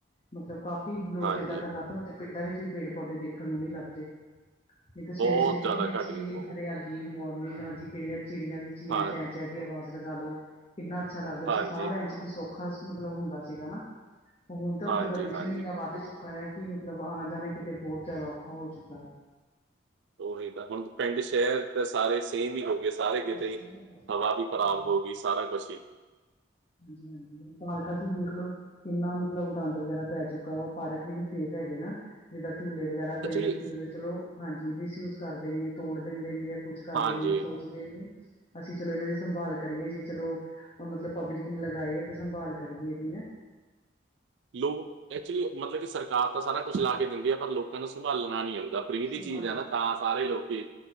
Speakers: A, on the left; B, on the right.
A: ਮਤਲਬ, ਕਾਫ਼ੀ ਲੋਕ
B: ਹਾਂਜੀ
A: ਇਦਾ ਕਰਨ ਲੱਗ ਪਏ, ਹੁਣ ਤਾਂ ਪਿੰਡਾਂ ਵਿੱਚ ਵੀ ਪੇੜ-ਪੌਦੇ ਦੇਖਣ ਨੂੰ ਨਈ ਲੱਭਦੇ। ਮੈਂ ਕੇਆਂ, ਸਵੇਰੇ-ਸਵੇਰੇ
B: ਬਹੁਤ ਜ਼ਿਆਦਾ
A: ਕੇਨੀ ਅੱਛੀ
B: ਘੱਟ ਗਈ ਬਹੁਤ
A: ਹਰਿਆ ਏ ਮੋਰਨਿੰਗ ਹਾਂਜੀ ਕਿਹੜੀਆਂ ਚਿੜੀਆਂ ਦੀ ਚੀਆਂ
B: ਹਾਂ
A: ਚੈ- ਚੈ, ਦੀ ਆਵਾਜ਼ ਲਗਾ ਲੋ। ਕਿੰਨਾ ਅੱਛਾ ਲੱਗਦਾ
B: ਹਾਂਜੀ,
A: ਸੀ ਸਾਅ ਲੈਣ
B: ਹਾਂ,
A: ਚ ਵੀ ਸੌਖਾ ਮਤਲੱਬ ਹੁੰਦਾ ਸੀਗਾ ਨਾ। ਹੁਣ ਤਾਂ
B: ਹਾਂਜੀ,
A: ਹੁਣ ਪਲਊਸ਼ਨ
B: ਹਾਂਜੀ
A: ਈ ਏਨਾ ਵੱਧ ਚੁੱਕਾ ਐ ਕੀ ਮਤਲਬ ਆਣਾ-ਜਾਣਾ ਈ ਕੀਤੇ ਬੋਤ ਜਾਦਾ ਔਖਾ ਹੋ ਚੁੱਕਾ ਐ।
B: ਓਹੀ ਤਾਂ ਹੁਣ ਪਿੰਡ ਸੈ਼ਰ ਤਾਂ ਸਾਰੇ ਸੇਮ ਹੀ ਹੋ ਗੇ ਸਾਰੇ ਕੀਤੇ
A: ਬਸ
B: ਈ,
A: ਇਹ ਹਾਂਜੀ ਹਾਂਜੀ।
B: ਹਵਾ ਵੀ ਖਰਾਬ ਹੋ ਗੀ ਸਾਰਾ ਕੁਛ ਈ
A: ਹਾਂਜੀ-ਹਾਂਜੀ ਹੁਣ ਪਾਰਕਾ ਚੇ ਈ ਦੇਖ ਲੌ। ਕੀਨਾ ਮਤਲਬ ਗੰਦ ਵਗੈਰਾ ਪੈ ਚੁੱਕਾ ਐ ਓ ਪਾਰਕ ਵੀ ਨਾ ਸੈਫ਼ ਹੈਗੇ ਨਾ। ਜੀਦਾਂ ਝੂਲੇ ਵਗੈਰਾ ਕਈ
B: ਐਕਚੁਲੀ
A: ਲੋਕੀ ਮਤਲਬ ਚਲੋ, ਹਾਂਜੀ ਮਿਸਯੂਸ ਕਰਦੇ ਨੇ ਤੋੜ ਦਿੰਦੇ ਨੇ ਜਾਂ ਕੁਛ ਕਰਦੇ
B: ਹਾਂਜੀ
A: ਨੇ ਸੋਚਦੇ ਨੇ, ਅਸੀਂ ਚਲੋ ਏਨਾ ਦੀ ਸੰਭਾਲ ਕਰੀਏ ਜੀ ਚਲੋ ਮਤਲਬ ਪਬਲੀਕ ਨੇ ਲਗਾਏ ਆ ਤੇ ਸੰਭਾਲ ਕਰੀਏ ਏਦੀ ਨਾ।
B: ਲੋ ਐਕਚੁਲੀ ਮਤਲਬ ਕੇ ਸਰਕਾਰ ਤਾਂ ਸਾਰਾ ਕੁਝ ਲਾ ਕੇ ਦਿੰਦੀ ਆ ਪਰ ਲੋਕਾਂ ਨੂੰ ਸੰਭਾਲਣਾ ਨਈ ਆਉਂਦਾ। ਫਰੀ ਦੀ
A: ਸੰਭਾਲ
B: ਚੀਜ਼ ਐ
A: ਲਾਂਗੇ
B: ਨਾ ਤਾਂ ਸਾਰੇ ਲੋਕੀ